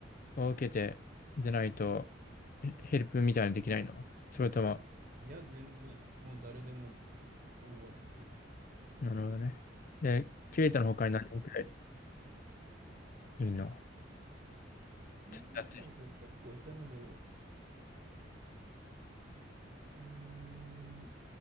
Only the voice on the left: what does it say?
を受けて、でないと、ヘヘルプみたいなのできないのそれとも、
なるほどね。で、ケイタの他に何人くらい
いるの
ちょっとやって。